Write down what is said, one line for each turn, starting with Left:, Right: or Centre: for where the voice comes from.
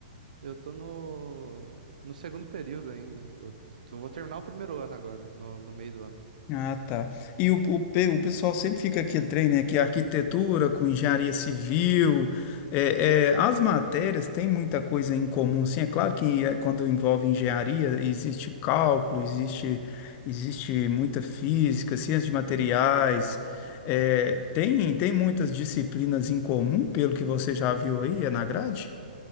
Right: eu tô no, no segundo período ainda. Eu tô- vou terminar o primeiro ano agora, no, no meio do ano.
Left: Ah, tá. E o, o, pe- o pessoal sempre fica aquele trem, né? Que é arquitetura com engenharia civil, é, é, as matérias têm muita coisa em comum, sim. É claro que é, quando envolve engenharia, existe cálculo, existe, existe muita física, ciência de materiais, é,
Right: Sim.
Left: tem, tem muitas disciplinas em comum, pelo que você já viu aí, é na grade?